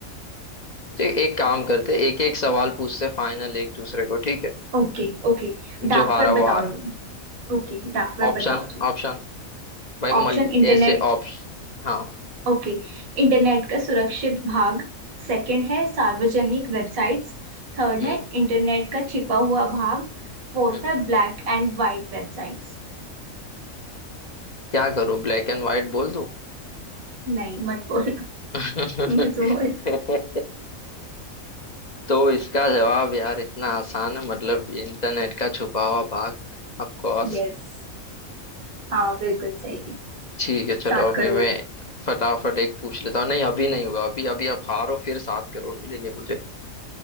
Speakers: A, on the left; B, on the right.
A: तो एक काम करते एक एक सवाल पूछते फाइनल एक दूसरे को ठीक है
B: ओके ओके डार्क
A: जो हारा
B: वेब
A: वो
B: बताओ
A: हारा
B: तुम ओके डार्क वेब
A: ऑप्शन
B: बताओ तुम
A: ऑप्शन भाई
B: Option
A: मल्टी
B: internet
A: ऐसे ऑप्शन हाँ
B: okay इंटरनेट का सुरक्षित भाग सेकंड है सार्वजनिक वेबसाइट्स थर्ड
A: हम्म
B: है इंटरनेट का छिपा हुआ भाग फोर्थ
A: हम्म
B: है ब्लैक एंड वाइट वेबसाइट्स
A: क्या करूं ब्लैक एंड व्हाइट बोल दूं
B: नहीं मत बोल
A: <laughs>
B: <laughs> मत बोल
A: तो इसका जवाब यार इतना आसान है मतलब ये इंटरनेट का छुपा हुआ भाग ऑफ कोर्स
B: यस हाँ बिल्कुल सही
A: ठीक है चलो
B: सात
A: अभी
B: crore
A: मैं फटाफट एक पूछ लेता हूँ नहीं अभी नहीं हुआ अभी अभी आप हारो फिर सात करोड़ मिलेंगे मुझे